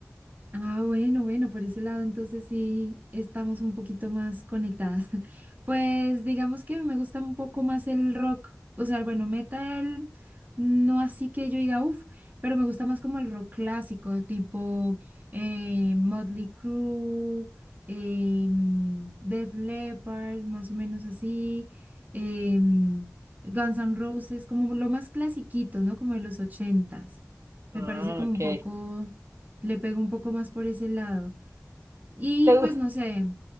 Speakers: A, on the right (about 30°); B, on the right (about 65°).
A: Ah, bueno, bueno, por ese lado entonces sí estamos un poquito más conectadas. <laughs> Pues digamos que me gusta un poco más el rock, o sea, bueno, metal, no así que yo diga, uff, pero me gusta más como el rock clásico, tipo eh, Motley Crue, em, Def Leppard, más o menos así, em, Guns N' Roses, como lo más clasiquito, ¿no? Como de los ochentas.
B: Ah,
A: Me parece como
B: ok.
A: un poco le pego un poco más por ese lado. Y
B: ¿Te,
A: pues
B: gu-
A: no sé,